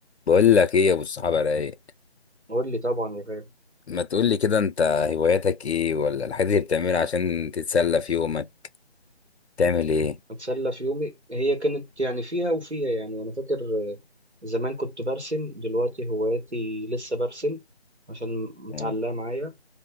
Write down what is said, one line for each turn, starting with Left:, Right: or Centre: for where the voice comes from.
Left: بقول لك ايه يا ابو الصحابه رايق
Right: قول لي طبعا يا غالي
Left: ما تقول لي كده انت هواياتك ايه ولا الحاجات اللي بتعملها عشان تتسلى في يومك تعمل ايه
Right: اتسلى في يومي هي كانت يعني فيها وفيها يعني انا فاكر آه، زمان كنت برسم دلوقتي هواياتي لسه برسم عشان متعلقه
Left: مم.
Right: معايا